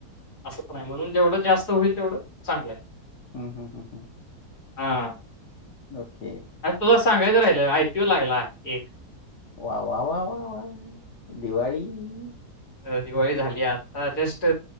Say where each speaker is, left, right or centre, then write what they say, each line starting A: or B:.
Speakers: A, on the left; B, on the left.
A: असं पण आहे म्हणून जेवढं जास्त होईल तेवढं चांगलं आहे.
B: हम् हम हम् हम,
A: हा
B: ओके.
A: अरे तुला सांगायचं राहिल आय पीओ लागला एक.
B: वा वा वा वा वा दिवाळी.
A: अ दिवाळी झाली आता जस्ट